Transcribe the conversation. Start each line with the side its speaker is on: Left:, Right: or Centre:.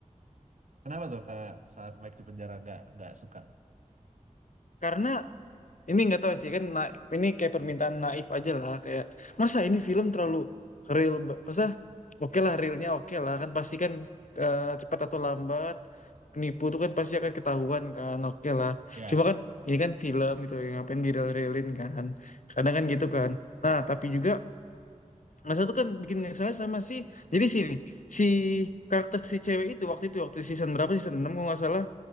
Right: Kenapa tuh kak saat Mike di penjara nggak nggak suka?
Left: Karena ini nggak tahu sih kan, na- ini kayak permintaan naif aja lah. Kayak masa ini film terlalu real, ba- masa oke lah realnya oke lah kan pasti kan eh, cepat atau lambat penipu tuh kan pasti akan ketahuan kan, oke lah.
Right: Ya.
Left: Cuma kan ini kan film gitu, yang ngapain di real-realin kan. Kadang kan gitu kan. Nah tapi juga Mas satu kan bikin nggak salah sama si jadi sini si karakter si cewek itu waktu itu waktu season berapa season 6 kalau nggak salah